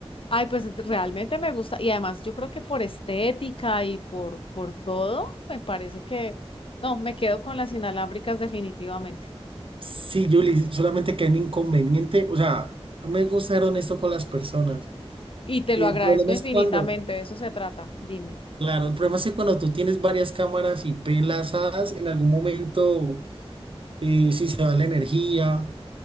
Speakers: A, on the left (about 60°); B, on the right (about 60°).
A: Ay, pues realmente me gusta y además yo creo que por estética y por, por todo, me parece que no, me quedo con las inalámbricas definitivamente.
B: Sí, Julie, solamente que hay un inconveniente, o sea, no me gusta ser honesto con las personas.
A: Y te
B: El
A: lo agradezco
B: problema
A: infinitamente,
B: es cuando,
A: de eso se trata, dime.
B: claro, el problema es que cuando tú tienes varias cámaras I p enlazadas, en algún momento, eh, si se va la energía